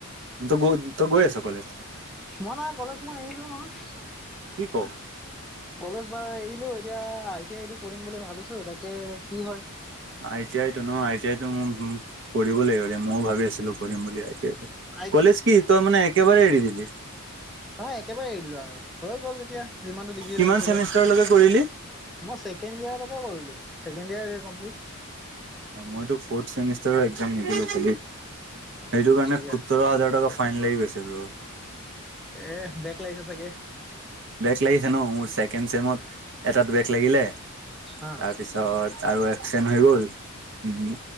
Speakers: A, on the right (about 55°); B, in the centre.
A: ত গ ত গৈ আছ কলেজ
B: মই নাই কলেজ মই এৰিলো নহয়
A: কি ক
B: কলেজ বা এৰিলো এতিয়া আই টি আইটি কৰিম বুলি ভাবিছো তাকে কি হয়
A: আই টি আই নো আই টি আইতো ম কৰিব লাগিব ময়ও ভি আছিলো কৰিম বুলি আই টি আইো
B: আই
A: কলেজ কি তই মানে একেবাৰে এৰি দিলি
B: হয় একেবাৰে এৰি দিলো আৰু হৈ গ'ল তেতিয়া যিমানটো ডিগ্ৰী
A: কিমান
B: লাগিছিলে
A: চেমিষ্টাৰলৈকে কৰিলি?
B: মই ছেকেণ্ড ইয়েৰকে কৰিলো ছেকেণ্ড ইয়াৰ কম্পিলিত
A: মই ফেমষ্টাৰৰ একাম নিদিলো খালি সেইটো কাৰণে
B: বঢ়িয়া
A: সোতৰ হাজাৰ টকা ফাইন লাগি গৈছে ব
B: এ বেগ লাগিছে চাগে
A: বেগ লাগিছে ন মোৰ ছেকেণ্ড চমত এটাত বেগ লাগিলে
B: হা
A: তাৰ পিছত আৰু এক্সিডেণ্ট হৈ গল উম